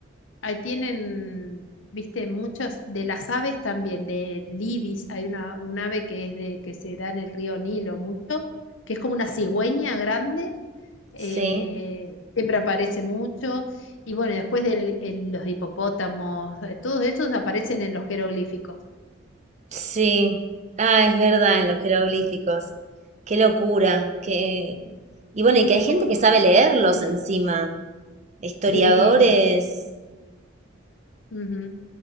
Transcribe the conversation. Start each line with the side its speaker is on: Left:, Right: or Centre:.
Left: ahí tienen, viste, muchos, de las aves también, de ibis, hay una, un ave que es de, que se da en el río Nilo mucho, que es como una cigüeña grande, eh,
Right: Sí,
Left: siempre aparece mucho, y bueno, y después de los hipopótamos, eh, todos esos aparecen en los jeroglíficos.
Right: sí. Ah, es verdad, en los jeroglíficos. Qué locura, qué... Y bueno, y que hay gente que sabe leerlos encima, historiadores.
Left: Sí, sí. Ujú.